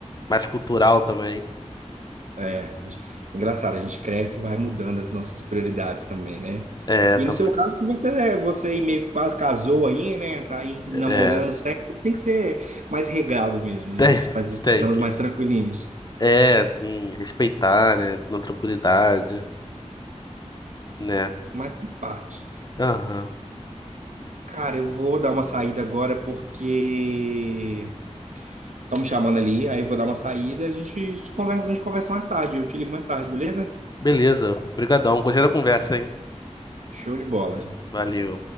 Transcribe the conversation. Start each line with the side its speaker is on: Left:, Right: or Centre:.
Left: Mais cultural também.
Right: É, a gente- engraçado, a gente cresce e vai mudando as nossas prioridades também, né?
Left: É,
Right: E
Left: também.
Right: no seu caso, que você é- você aí meio que quase casou aí, né? Tá aí
Left: É,
Right: namorando, sexo, tem que ser mais regrado mesmo, né?
Left: tem,
Right: Você
Left: <laughs>
Right: Faz esses
Left: tem
Right: programas
Left: que.
Right: mais tranquilinhos.
Left: É, assim, respeitar, né? Na tranquilidade, né?
Right: Mas faz parte.
Left: Aham.
Right: Cara, eu vou dar uma saída agora porque estão me chamando ali, aí eu vou dar uma saída, a gente conversa, a gente conversa mais tarde, eu te ligo mais tarde, beleza?
Left: Beleza. Obrigadão. Gostei da conversa, hein?
Right: Show de bola.
Left: Valeu.